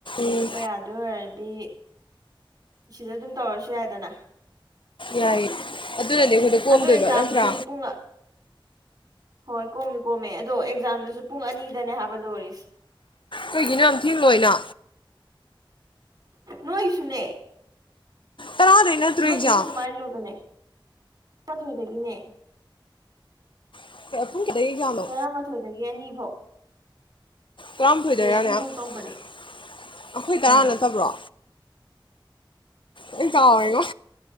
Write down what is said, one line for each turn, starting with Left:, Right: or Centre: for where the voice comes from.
Left: ꯎꯝ
Right: ꯂꯦꯛꯄ ꯌꯥꯗꯣꯏ ꯑꯣꯢꯔꯗꯤ ꯁꯤꯗ ꯑꯗꯨꯝ ꯇꯧꯔꯁꯨ ꯌꯥꯏꯗꯅ
Left: ꯌꯥꯏꯌꯦ ꯑꯗꯨꯅꯅꯦ ꯑꯩꯈꯣꯏꯗ ꯀꯣꯝꯗꯣꯏꯕ
Right: ꯑꯗꯣ ꯑꯦꯛꯖꯥꯝꯗꯨꯁꯨ
Left: ꯅꯠꯇ꯭ꯔꯥ
Right: ꯄꯨꯡ ꯍꯣꯏ ꯀꯣꯝꯗꯤ ꯀꯣꯝꯃꯦ ꯑꯗꯣ ꯑꯦꯛꯖꯥꯝꯗꯨꯁꯨ ꯄꯨꯡ ꯑꯅꯤꯗꯅꯦ ꯍꯥꯏꯕ ꯂꯣꯏꯔꯤꯁꯦ
Left: ꯀꯩꯒꯤꯅꯣ ꯌꯥꯝ ꯊꯦꯡꯅ ꯂꯣꯏꯅ
Right: ꯅꯣꯏꯁꯨꯅꯦ
Left: ꯇꯔꯥꯗꯩ ꯅꯠꯇ꯭ꯔꯣ
Right: ꯅꯣꯏꯒꯤꯁꯨ
Left: ꯑꯦꯛꯖꯥꯝ
Right: ꯑꯗꯨꯃꯥꯏꯅ ꯂꯣꯢꯕꯅꯦ ꯊ ꯊꯪꯗꯒꯤꯅꯦ
Left: <unintelligible> ꯑꯦꯛꯖꯥꯝꯅꯣ
Right: ꯇꯔꯥꯃꯥꯊꯣꯏꯗꯒꯤ ꯑꯅꯤ ꯐꯧ
Left: ꯇꯔꯥꯃꯥꯊꯣꯏꯗꯩꯔꯥꯅꯦ
Right: ꯑꯅꯤꯐꯧ
Left: ꯑꯩꯈꯣꯏ
Right: ꯇꯧꯕꯅꯦ
Left: ꯇꯔꯥ
Right: ꯑꯥ
Left: ꯅꯠꯇꯕ꯭ꯔꯣ ꯂꯣꯢ ꯆꯥꯎꯔꯦꯉꯣ